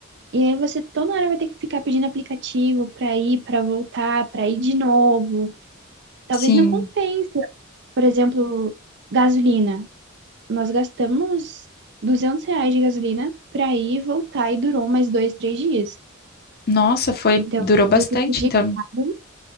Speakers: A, on the right; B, on the left.
A: e aí você toda hora vai ter que ficar pedindo aplicativo pra ir, pra voltar, pra ir de novo. Talvez
B: Sim.
A: não compense. Por exemplo, gasolina. Nós gastamos 200 reais de gasolina pra ir e voltar e durou mais dois, três dias.
B: Nossa, foi,
A: Então,
B: durou
A: eu
B: bastante,
A: tive que pedir
B: então
A: caro